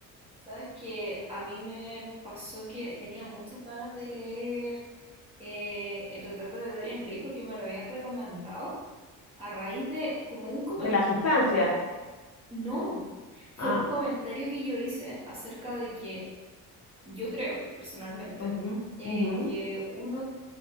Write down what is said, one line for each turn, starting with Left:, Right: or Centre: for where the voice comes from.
Right: Sabes que a mí me pasó que tenía muchas ganas de leer eh, El retrato de Dorian Gray porque me lo habían recomendado a raíz de como un comentario,
Left: De la sustancia.
Right: no, de
Left: Ah,
Right: un comentario que yo hice acerca de que yo creo personalmente
Left: mhm,
Right: eh,
Left: mhm,
Right: que uno